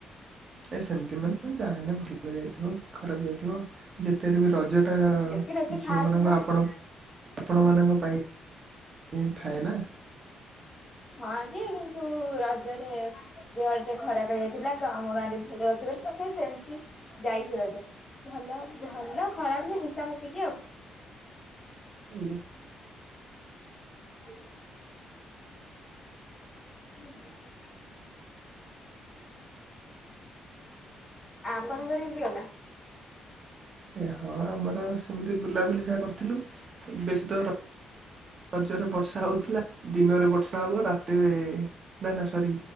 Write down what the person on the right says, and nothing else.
ଏ ସେମିତି ମାନେ ଯାହାହଲେ ଭଲ ଯାଇଥିବ କି ଖରାପ ଯାଇଥିବ ଯେତେହେଲେ ବି ରଜ ଅ
ଝିଅମାନଙ୍କୁ
ଆପଣ ଆପଣମାନଙ୍କ ପାଇଁ ଏ ଥାଏନା।
<unintelligible>
ଏ ହଁ ଆମର ସେମିତି ବୁଲାବୁଲି ଯାହା କରିଥିଲୁ ବେଶୀ ତ ରଜରେ ବର୍ଷା ହଉଥିଲା ଦିନରେ ବର୍ଷା ହବ ରାତିରେ ନା ନା ସରି